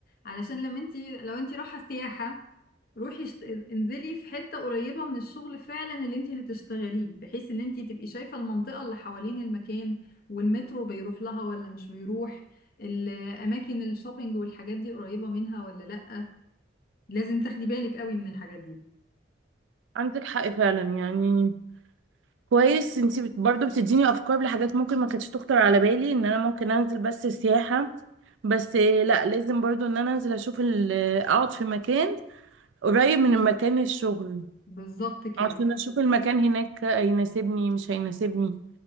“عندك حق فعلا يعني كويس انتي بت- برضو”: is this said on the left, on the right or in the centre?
Right